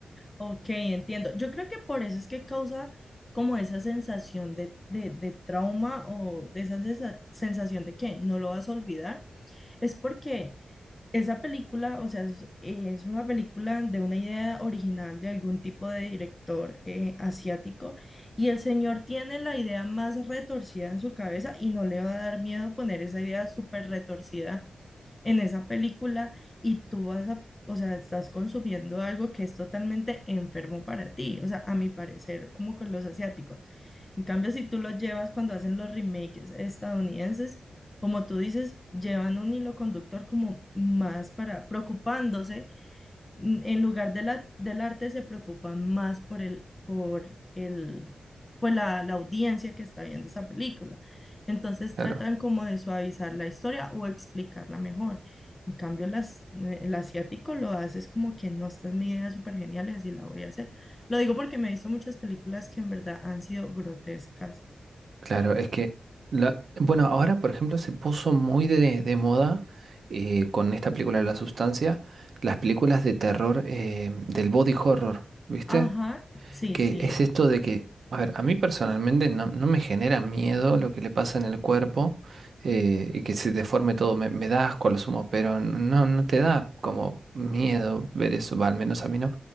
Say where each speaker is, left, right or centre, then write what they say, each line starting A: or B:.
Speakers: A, on the left (about 20°); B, on the right (about 65°).
A: Ok, entiendo. Yo creo que por eso es que causa como esa sensación de, de, de trauma o de esa sensa- sensación de que no lo vas a olvidar. Es porque Esa película, o sea, es, es una película de una idea original de algún tipo de director eh, asiático y el señor tiene la idea más retorcida en su cabeza y no le va a dar miedo poner esa idea súper retorcida en esa película y tú vas a, o sea, estás consumiendo algo que es totalmente enfermo para ti, o sea, a mi parecer, como con los asiáticos. En cambio, si tú los llevas cuando hacen los remakes estadounidenses, como tú dices, llevan un hilo conductor como más para preocupándose mm, en lugar de la, del arte se preocupan más por el, por el, pues la, la audiencia que está viendo esa película. Entonces
B: Claro.
A: tratan como de suavizar la historia o explicarla mejor. En cambio, las, eh, el asiático lo hace es como que no, esta es mi idea súper genial y así la voy a hacer. Lo digo porque me he visto muchas películas que en verdad han sido grotescas.
B: Claro, es que, la, bueno, ahora por ejemplo se puso muy de, de moda eh, con esta película La Sustancia, las películas de terror eh, del body horror, ¿viste?
A: Ajá, sí,
B: Que
A: sí.
B: es esto de que, a ver, a mí personalmente no, no me genera miedo lo que le pasa en el cuerpo eh, y que se deforme todo, me, me da asco a lo sumo, pero no, no te da como miedo ver eso, va, al menos a mí no.